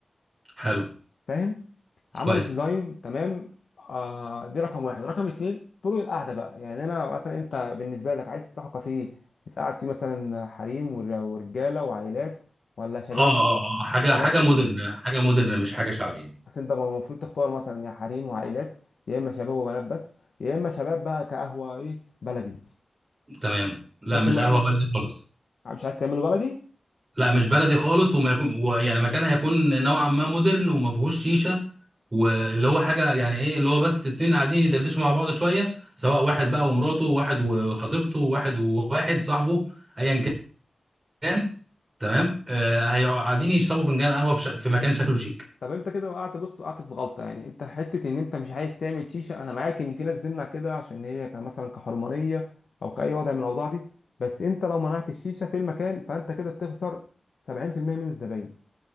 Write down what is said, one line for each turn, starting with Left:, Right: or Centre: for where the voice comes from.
Right: حلو
Left: فاهم عملت
Right: كويس
Left: ديزاين تمام آه دي رقم واحد رقم اتنين طرق القعده بقى يعني انا مثلا انت بالنسبه لك عايز تفتح كافيه تقعد فيه مثلا حريم ور- ورجاله وعائلات ولا شبابي
Right: اه اه اه حاجه
Left: بنات
Right: حاجه
Left: وشباب
Right: مودرن حاجه مودرن مش حاجه شعبي
Left: بس انت المفروض تختار مثلا يا حريم وعائلات يا اما شباب وبنات بس يا اما شباب بقى كقهوه ايه بلدي
Right: تمام لا
Left: انت
Right: مش
Left: ما
Right: قهوه
Left: ما-
Right: بلدي خالص
Left: مش عايز تعمله بلدي
Right: لا مش بلدي خالص وما يكون ويعني مكان هيكون نوعا ما مودرن وما فيهوش شيشه واللي هو حاجه يعني ايه اللي هو بس اتنين قاعدين يدردشوا مع بعض شويه سواء واحد بقى ومراته واحد وخطيبته واحد وواحد صاحبه ايا كان تمام آه هيقعدوا قاعدين يشربوا فنجان قهوه بش... في مكان شكله شيك
Left: طب انت كده وقعت بص وقعت في غلطه يعني انت حته ان انت مش عايز تعمل شيشه انا معاك ان في ناس بتمنع كده عشان هي ك- مثلا كحرمانيه او كاي وضع من الاوضاع دي بس انت لو منعت الشيشه في المكان فانت كده بتخسر 70% من الزباين